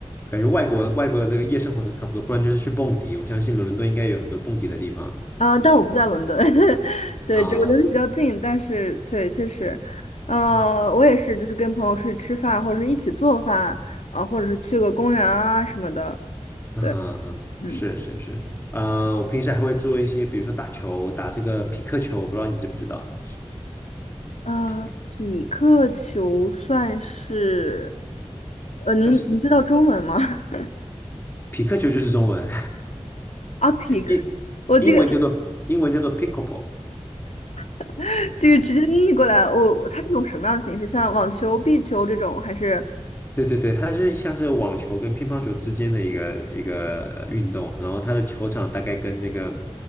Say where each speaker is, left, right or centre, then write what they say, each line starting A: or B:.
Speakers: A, on the left; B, on the left.
A: 感觉外国外国的这个夜生活都差不多，不然就是去蹦迪。我相信伦敦应该有很多蹦迪的地方。
B: 啊，但我不在伦敦，<laughs> 对，
A: 啊，
B: 这个伦敦比较近，但是对，确实，呃，
A: <laughs> 嗯
B: 我也是，就是跟朋友出去吃饭，或者是一起做饭啊，或者是去个公园啊什么的。
A: 嗯哼嗯哼，
B: 对。嗯，
A: 是是是，呃，我平时还会做一些，比如说打球，打这个匹克球，我不知道你知不知道，
B: 啊、
A: 匹克，
B: 匹克球算是，呃，您您知道中文吗？
A: 它是
B: <laughs>
A: 匹克球就是中文，
B: 啊，匹克，
A: <laughs> 英
B: 我这个
A: 英文叫做英文叫做 pickleball，
B: <laughs> 这个直接音译过来，我它是种什么样的形式？像网球、壁球这种，还是
A: 对对对，它是像是网球跟乒乓球之间的一个一个运动，然后它的球场大概跟这个